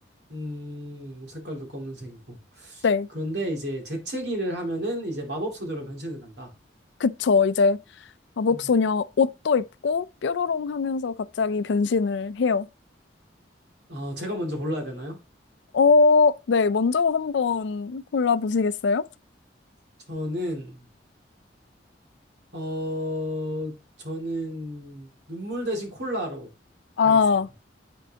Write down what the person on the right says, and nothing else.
음, 색깔도 검은색이고.
그런데 이제 재채기를 하면은 이제 마법 소재로 변신을 한다.
음.
어, 제가 먼저 골라야 되나요?
저는, 어, 저는 눈물 대신 콜라로
하겠습니다.